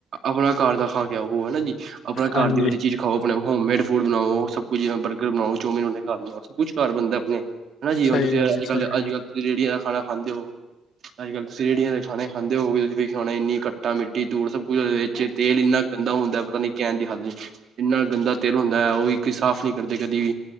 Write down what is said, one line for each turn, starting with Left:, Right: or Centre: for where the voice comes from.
Right: ਆਪਣਾ ਘਰ ਦਾ ਖਾ ਕੇ ਉਹ ਹਨਾ ਜੀ ਆਪਣਾ
Left: ਹਾਂਜੀ
Right: ਘਰ ਦੀ ਵਧੀਆ ਚੀਜ਼ ਖਾਓ ਆਪਣੇ ਹੋਮ ਮੇਡ ਫੂਡ ਬਣਾਓ ਸਭ ਕੁਝਿ ਬਰਗਰ ਬਣਾਓ ਚੋਮਿਨ ਸਭ ਕੁਛ ਕਰ ਬੰਦਾ ਆਪਣੇ ਹਨਾ ਜੀ
Left: ਸਹੀ
Right: ਹੁਣ ਤੁਸੀਂ
Left: ਗੱਲ
Right: ਅੱਜ
Left: ਹੈ
Right: ਕੱਲ-ਅੱਜ
Left: ਸਹੀ ਗੱਲ
Right: ਕੱਲ੍ਹ ਤੁਸੀਂ ਰੇਹੜੀਆਂ ਦਾ ਖਾਣਾ ਖਾਂਦੇ ਹੋ। ਅੱਜ-ਕੱਲ੍ਹ ਰੇੜੀਆਂ ਦੇ ਖਾਣੇ ਖਾਂਦੇ ਹੋਗੇ ਤੁਸੀਂ ਵੀ ਖਾਣੇ ਇੰਨੀ ਕੱਟਾ ਮਿੱਟੀ ਧੂੜ ਸਭ ਕੁੱਝ ਤੇਲ ਇੰਨਾ ਗੰਦਾ ਹੁੰਦਾ ਪਤਾ ਨੀ ਕਹਿਣ ਦੀ ਹੱਲ ਇੰਨਾ ਗੰਦਾ ਤੇਲ ਹੁੰਦਾ ਹੈ ਉਹ ਵੀ ਸਾਫ਼ ਨਹੀਂ ਕਰਦੇ ਕਦੇ ਵੀ।